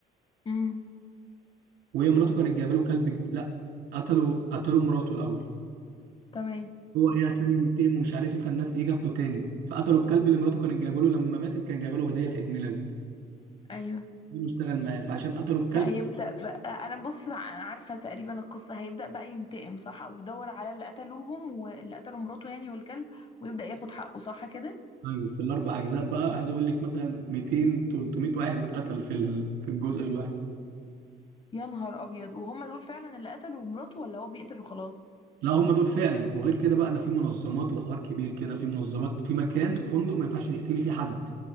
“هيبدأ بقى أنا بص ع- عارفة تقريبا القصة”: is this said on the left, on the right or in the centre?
Left